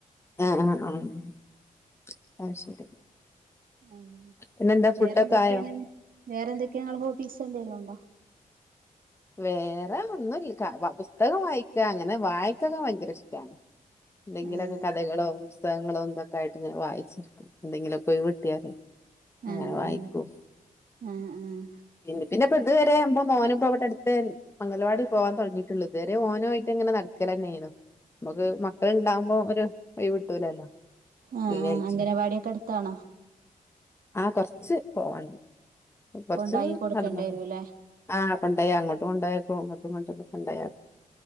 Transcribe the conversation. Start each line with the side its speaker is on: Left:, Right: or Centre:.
Left: ആഹ ആ ആ അത് ശരി.
Right: അ
Left: പിന്നെന്താ
Right: വേറെന്തൊക്കെയേണ്
Left: ഫുഡൊക്കെ ആയോ
Right: വേറെന്തൊക്കെണ് ഹോബീസ് എന്തെലുണ്ടോ?
Left: വേറെ ഒന്നുല്ല പുസ്തകം വായിക്കാ അങ്ങനെ വായിക്കക്കെ ഭയങ്കര ഇഷ്ടാണ്. എന്തെങ്കിലൊക്കെ
Right: ആഹ്
Left: കഥകളോ പുസ്ത ങ്ങളും ഇതൊക്കെ ആയിട്ട് ഇങ്ങനെ വായിച്ചിരിക്കും എന്തെങ്കിലും ഒക്കെ ഒഴിവ് കിട്ട്യാല് അങ്ങനെ
Right: ആഹ്
Left: വായിക്കും.
Right: ആഹ് ആഹ് ആഹ്
Left: പിന്നെ പിന്നെ ഇപ്പൊ ഇതുവരെ ആവുമ്പോ മോനുപ്പ അവടെണ്ട്‌. അഗലവാടിയിൽ പോവാൻ തുടങ്ങയിട്ടുള്ളു ഇതുവരെ ഓന് ആയിട്ട് ഇങ്ങനെ നടക്കലന്നെയ്ന്നു. നമക്ക് മക്കള് ഇണ്ടാവുമ്പോ ഒരു ഒഴിവ് കിട്ടൂലല്ലോ?
Right: ആഹ്
Left: ഫ്രീ
Right: ആഹ്
Left: ആയിട്ട്
Right: അഗലവാടിയൊക്കെ അടുത്താണോ
Left: ആ കൊറച്ച് പോവാണ്ട് കൊറചൊന്ന്
Right: കൊണ്ടായി
Left: ന്നടന്ന്
Right: കൊടുക്കേണ്ടി വരൂല്ലേ
Left: പോണം ആ കൊണ്ടായ അങ്ങോട്ടു കൊണ്ടോക്കും ഇങ്ങട്ടും അങ്ങോട്ടും കൊണ്ടാ യാക്കും.